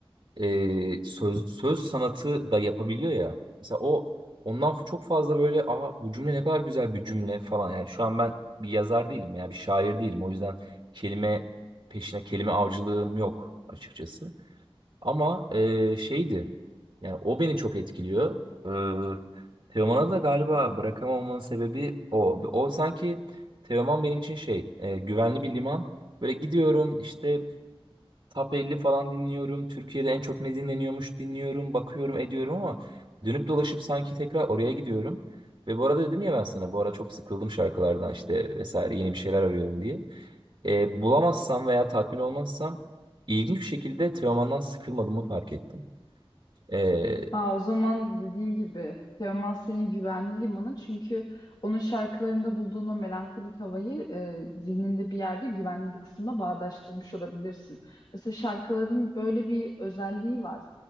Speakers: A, on the right; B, on the left.
A: e, söz söz sanatı da yapabiliyor ya. Mesela o ondan çok fazla böyle aa bu cümle ne kadar güzel bir cümle falan. Yani şu an ben bir yazar değilim ya bir şair değilim. O yüzden kelime peşine kelime avcılığım yok açıkçası. Ama e, şeydi yani o beni çok etkiliyor. E, Teoman'a da galiba bırakamamamın sebebi o. O sanki Teoman benim için şey e, güvenli bir liman. Böyle gidiyorum işte Top 50 falan dinliyorum. Türkiye'de en çok ne dinleniyormuş dinliyorum, bakıyorum, ediyorum ama dönüp dolaşıp sanki tekrar oraya gidiyorum. Ve bu arada dedim ya ben sana bu ara çok sıkıldım şarkılardan işte vesaire yeni bir şeyler arıyorum diye. E, bulamazsam veya tatmin olmazsam ilginç bir şekilde Teoman'dan sıkılmadığımı fark ettim. E,
B: Aa, o zaman dediğin gibi Teoman senin güvenli limanın çünkü onun şarkılarında bulduğun o melankolik havayı e, zihninde bir yerde güvenli bir kısımda bağdaştırmış olabilirsin. Mesela şarkıların böyle bir özelliği var.